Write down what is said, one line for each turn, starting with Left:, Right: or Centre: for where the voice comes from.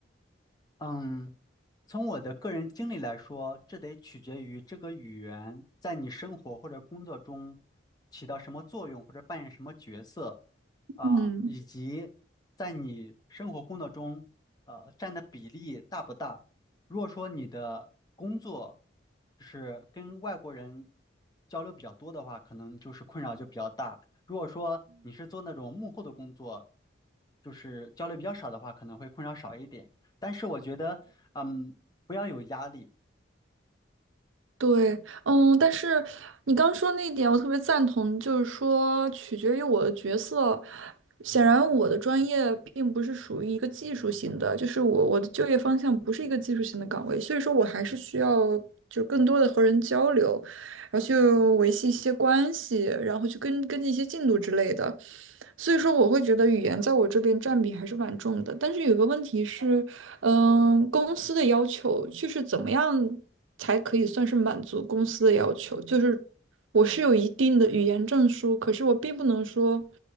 Left: 嗯，从我的个人经历来说，这得取决于这个语言在你生活或者工作中起到什么作用，或者扮演什么角色，啊、
Right: 嗯。
Left: 以及在你生活工作中，呃，占的比例大不大。如果说你的工作就是跟外国人交流比较多的话，可能就是困扰就比较大。如果说你是做那种幕后的工作，就是交流比较少的话，可能会困扰少一点。但是我觉得，嗯，不要有压力，
Right: 对，嗯，但是你刚说那一点，我特别赞同，就是说取决于我的角色。显然，我的专业并不是属于一个技术型的，就是我我的就业方向不是一个技术型的岗位，所以说我还是需要就是更多的和人交流，然后去维系一些关系，然后去跟跟进一些进度之类的。所以说，我会觉得语言在我这边占比还是蛮重的。但是有个问题是，嗯，公司的要求就是怎么样才可以算是满足公司的要求？就是我是有一定的语言证书，可是我并不能说，